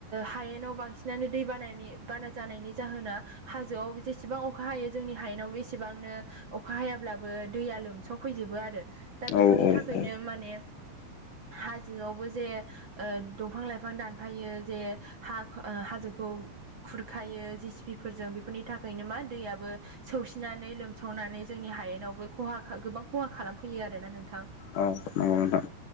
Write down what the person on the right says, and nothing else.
हायेनाव बांसिनानो दै बानानि बाना जानायनि जाहोना हाजोआव जेसेबां अखा हायो जोंनि हायेनाव बेसेबांनो अखा हायाब्लाबो दैया लोमसावफैजोबो आरो दा
बेफोरनि
थाखायनो माने हाजोआवबो जे दंफां लाइफां दानफायो जे हा हाजोखौ खुरखायो जिसिपिफोरजों बेफोरनि थाखायनो मा दैयाबो सौसिनानै लोमसावनानै जोंनि हायेनावबो खहा गोबां खहा खालामफैयो आरोना नोंथां